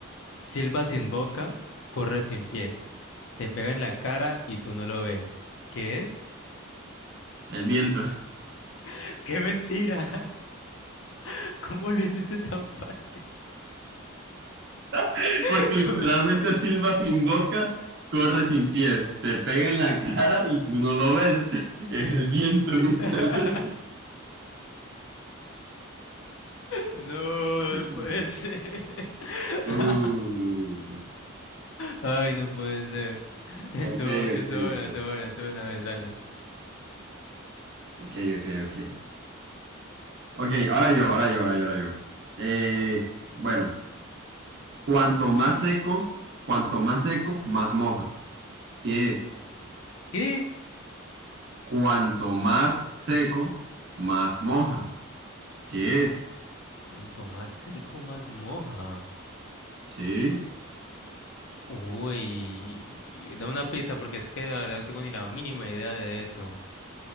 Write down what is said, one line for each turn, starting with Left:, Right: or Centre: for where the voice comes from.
Left: Silba sin boca, corre sin pies. Te pega en la cara y tú no lo ves. ¿Qué es?
Right: El viento.
Left: <laughs> ¡Qué mentira! <laughs> ¿Cómo lo hiciste tan fácil?
Right: <laughs>
Left: <laughs>
Right: Porque literalmente
Left: ¿Cómo?
Right: silba sin boca, corre sin pies, te pega en la <laughs> cara y tú no lo ves. <laughs> Es el viento, literal.
Left: <laughs> No,
Right: <laughs>
Left: no puede ser. <laughs>
Right: Uh,
Left: Ay, no puede ser. Estuvo,
Right: ok,
Left: estuvo
Right: ok,
Left: buena,
Right: ok.
Left: estuvo buena, estuvo una vez, dale.
Right: Ok, ok, ok. Ok, ahora yo, ahora yo, ahora yo, ahora yo. Eh, bueno, cuanto más secos, cuanto más seco, más moja. ¿Qué es?
Left: ¿Qué?
Right: Cuanto más seco, más moja. ¿Qué es?
Left: Cuanto más seco, más moja.
Right: Sí.
Left: Uy, dame una pista porque es que la verdad no tengo ni la mínima idea de eso.